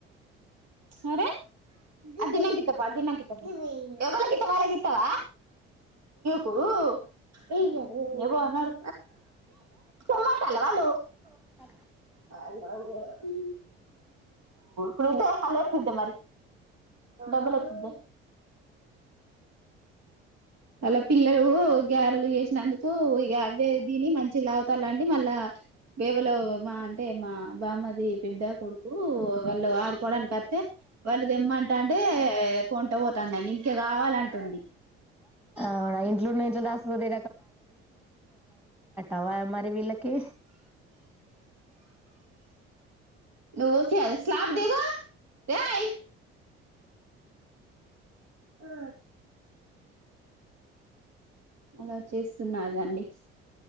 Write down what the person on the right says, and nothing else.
అరే ఆ అది తిన్నాక అది తిన్నాక ఎవరికి ఇస్తావు వాళ్లకి ఇస్తావా పో ఇగ పో నడు తోముతల్లా వాళ్లు
హాయ్ మమ్మీ ఇదే మరి అలా ఎత్త డబల్ వచ్చినయ్ అలా పిల్లలు గ్యారెలు చె సినందుకు ఇక అవే దీని మంచి లావతారుండి మళ్ళా ఎవరు మా అవ్వ అంటే మా బామ్మది పెద్ద కొడుకు వాళ్లు ఆడుకోడానికి అత్తే వాళ్ళు దమ్మంటా అంటే కొంట పోతుందండి ఇంకే కావాలంటుంది
ఉ కే స్లాబ్ దిగు ఏయ్ ఆ అలా చేస్తున్నాది అండి